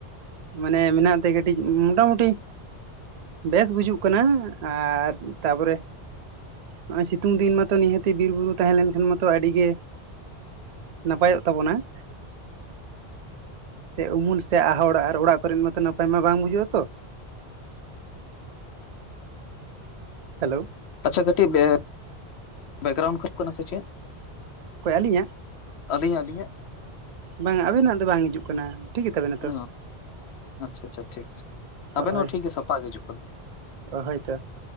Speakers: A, on the right; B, on the left.
A: ᱢᱟᱱᱮ ᱢᱮᱱᱟᱜ ᱛᱮ ᱠᱟᱹᱴᱤᱡ ᱢᱚᱴᱟᱢᱩᱴᱤ ᱵᱮᱥ ᱵᱩᱡᱩᱜ ᱠᱟᱱᱟ ᱟᱨ ᱛᱟᱯᱚᱨᱮ ᱱᱚᱜ ᱚᱭ ᱥᱤᱛᱩᱝ ᱫᱤᱱ ᱢᱟᱛᱚ ᱱᱤᱦᱟᱹᱛᱤ ᱵᱤᱨ ᱵᱩᱨᱩ ᱛᱟᱦᱮᱸ ᱞᱮᱱᱠᱷᱟᱱ ᱢᱟᱛᱚ ᱟᱹᱰᱤ ᱜᱮ ᱱᱟᱯᱟᱭ-ᱚᱜ ᱛᱟᱵᱚᱱᱟ ᱥᱮ ᱩᱢᱩᱞ ᱥᱮ ᱟᱦᱚᱲ ᱟᱨ ᱚᱲᱟᱜ ᱠᱚᱨᱮᱱ ᱢᱟᱛᱚ ᱱᱟᱯᱟᱭ ᱢᱟ ᱵᱟᱝ ᱵᱩᱡᱩᱜᱼᱟ ᱛᱚ ᱦᱮᱞᱳ
B: ᱟᱪᱪᱷᱟ ᱠᱟᱹᱴᱤᱡ ᱵᱮ ᱵᱮᱠᱜᱨᱩᱱ ᱠᱷᱩ ᱠᱟᱱᱟ ᱥᱮ ᱪᱮᱫ?
A: ᱚᱠᱚᱭ ᱟᱹᱞᱤᱧ-ᱟᱜ?
B: ᱟᱞᱤᱧ-ᱟᱜ ᱟᱞᱤᱧ-ᱟᱜ
A: ᱵᱟᱝ-ᱟ ᱟᱵᱤᱱ-ᱟᱜ ᱫᱚ ᱵᱟᱝ ᱦᱤᱡᱩᱜ ᱠᱟᱱᱟ ᱴᱷᱤᱠ ᱜᱮᱛᱟᱵᱮᱱᱟ
B: ᱚ
A: ᱛᱚ
B: ᱟᱪᱪᱷᱟ ᱟᱪᱪᱷᱟ ᱴᱷᱤᱠ ᱠᱦᱤ
A: ᱦᱳᱭ
B: ᱟᱵᱮᱱ ᱦᱚᱸ ᱴᱷᱤᱠᱜᱮ ᱥᱟᱯᱟ ᱜᱮ ᱦᱤᱡᱩᱜ ᱠᱟᱱᱟ,
A: ᱦᱳᱭᱛᱚ